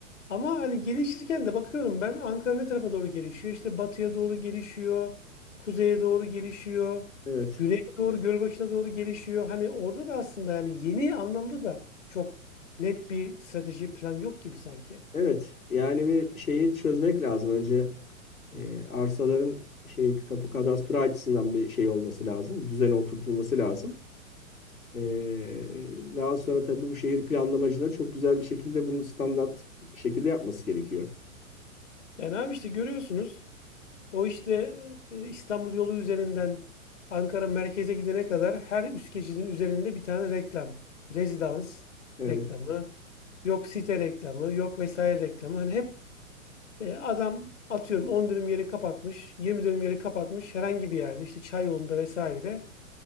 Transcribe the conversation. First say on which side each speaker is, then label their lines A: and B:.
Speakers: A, on the left (about 60°); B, on the left (about 75°).
A: Ama hani gelişirken de bakıyorum ben Ankara ne tarafa doğru gelişiyor? İşte batıya doğru gelişiyor. Kuzeye doğru gelişiyor.
B: evet.
A: Güneye doğru, Gölbaşı'na doğru gelişiyor. Hani orada da aslında yani yeni anlamda da çok net bir strateji plan yok gibi sanki.
B: Evet, yani bir şeyi çözmek lazım. Önce e, arsaların şey tapu kadastro açısından bir şey olması lazım. Düzene oturtulması lazım. E, daha sonra tabii bu şehir planlamacıları çok güzel bir şekilde bunu standart şekilde yapması gerekiyor.
A: Yani abi işte görüyorsunuz. O işte e, İstanbul yolu üzerinden Ankara merkeze gidene kadar her üst geçidin üzerinde bir tane reklam. Rezidans
B: Evet,
A: reklamı, yok site reklamı, yok vesaire reklamı. Hani hep e, adam atıyorum 10 dönüm yeri kapatmış, 20 dönüm yeri kapatmış herhangi bir yerde işte çay yolunda vesaire.